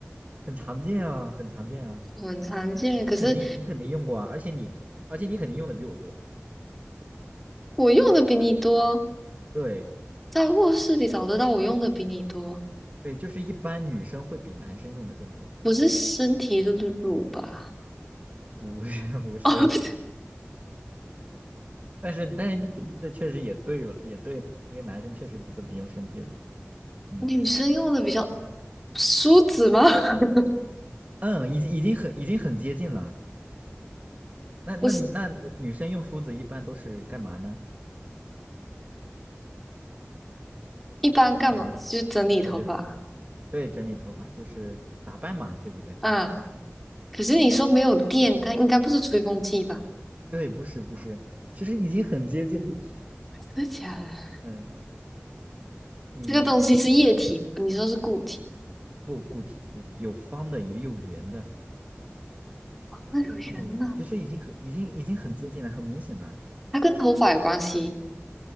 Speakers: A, on the right; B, in the centre.
A: 很常见啊，很常见啊。
B: 很常见，可是
A: 你肯定你肯定用过啊，而且你而且你肯定用的比我多。
B: 我用的比你多，
A: 对
B: 在卧室里找得到我用的比你多，
A: 对，就是一般女生会比男生用的更多，
B: 不是身体乳吧？
A: 不是
B: <laughs>
A: <laughs> 不是，
B: 哦，不是，
A: 但是但是这确实也对了，也对了因为男生确实不怎么用身体乳。嗯
B: 女生用的比较梳子吗？<laughs>
A: 嗯，已经已经很已经很接近了。那那你那女生用梳子一般都是干嘛呢？
B: 不是，一般干嘛？
A: 嗯，
B: 就整理头发
A: 对对对，整理头发就是打扮嘛，对不对？
B: 啊。可是你说没有电，它应该不是吹风机吧？
A: 对，不是不是，其实已经很接近了。
B: 真的假的？
A: 嗯，你
B: 这个东西是液体，你说是固体？
A: 不固体固体，有方的也有圆的，
B: 那有缘呢？
A: 方的有，其实已经很已经已经很接近了，很明显了。
B: 它跟头发有关系？